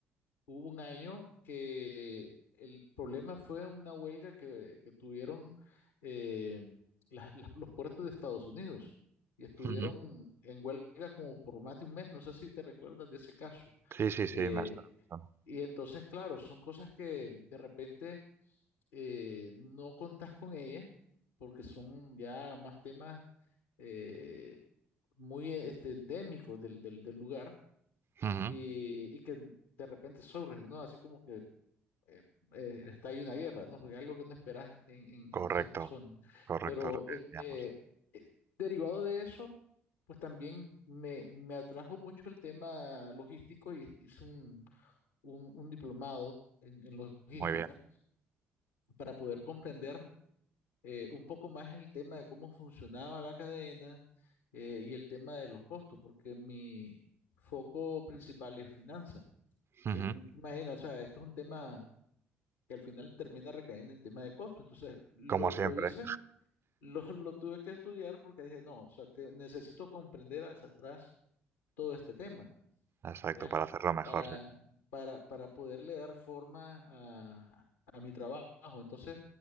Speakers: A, on the left; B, on the right.
A: hubo un año que el problema fue una huelga que, que tuvieron eh, las- las- los puertos de Estados Unidos y estuvieron
B: Ujú.
A: en huelga como por más de un mes. No sé si te recuerdas de ese caso.
B: Sí, sí, sí,
A: Eh,
B: me has dado razón.
A: y entonces, claro, son cosas que de repente eh, no contás con ellas porque son ya más temas eh, muy este, endémicos del, del, del lugar
B: Ujú,
A: y, y que de repente surgen, ¿no? Así como que eh, eh, está ahí una guerra, ¿no? Porque algo que no esperás en, en,
B: Correcto.
A: en cierta zona.
B: Correcto,
A: Pero
B: lo que
A: eh,
B: decíamos.
A: eh, eh, derivado de eso, pues también me, me atrajo mucho el tema logístico y hice un un, un diplomado en, en logística
B: Muy bien.
A: para poder comprender eh, un poco más el tema de cómo funcionaba la cadena eh, y el tema de los costos, porque mi foco principal es finanzas.
B: Ujú.
A: Eh, tú te imaginas, o sea, esto es un tema que al final termina recayendo en tema de costo. Entonces, lo,
B: Como siempre.
A: lo hice, <laughs> lo, lo tuve que estudiar porque dije, no, o sea, te- necesito comprender hacia atrás todo este tema.
B: Exacto,
A: ¿ya?
B: para hacerlo mejor,
A: Para,
B: sí.
A: para, para poderle dar forma a, a mi trabajo. Entonces,